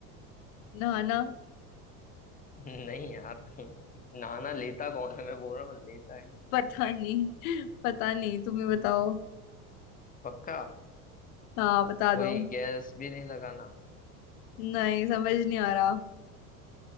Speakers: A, on the left (about 70°); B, on the left (about 20°).
A: नहाना
B: नहीं यार नाना लेता कौन है मैं बोल रहा हूँ लेता है
A: पता नहीं <laughs> पता नहीं तुम ही बताओ
B: पक्का
A: हाँ बता
B: कोई
A: दो
B: गैस भी नहीं लगाना
A: नहीं समझ नहीं आ रहा